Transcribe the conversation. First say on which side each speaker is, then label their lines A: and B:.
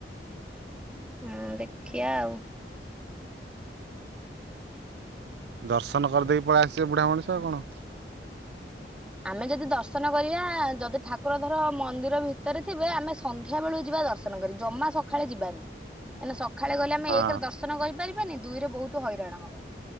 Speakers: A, in the centre; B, on the right.
A: ହୁଁ ଦେଖ ଖିଆ ଆଉ
B: ଦର୍ଶନ କରିଦେଇକି ପଳେଇ ଆସିବେ ବୁଢା ମଣିଷ ଆଉ କଣ।
A: ଆମେ ଯଦି ଦର୍ଶନ କରିବା, ଯଦି ଠାକୁର ଧର ମନ୍ଦିର ଭିତରେ ଥିବେ, ଆମେ ସନ୍ ସନ୍ଧ୍ୟା ବେଳକୁ ଯିବା ଦର୍ଶନ କରି ଜମା ସକାଳେ ଯିବାନି କାଁକନା ସକାଳେ ଗଲେ ଆମେ
B: ହଁ
A: ଏକରେ ଦର୍ଶନ କରିପାରିବା। ଦୁଇରେ ବହୁତ ହଇରାଣ ହବ।